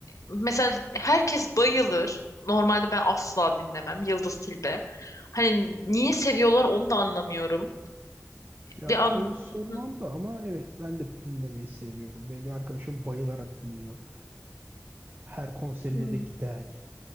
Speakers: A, on the left; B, on the right.
A: mesela herkes bayılır. Normalde ben asla dinlemem Yıldız Tilbe. Hani niye seviyorlar onu da anlamıyorum.
B: Ya
A: Bir
B: onu
A: an
B: sormam
A: Hı
B: da ama evet ben de dinlemeyi sevmiyorum. Benim bir arkadaşım bayılarak dinliyor. Her konserine
A: hı.
B: de gider.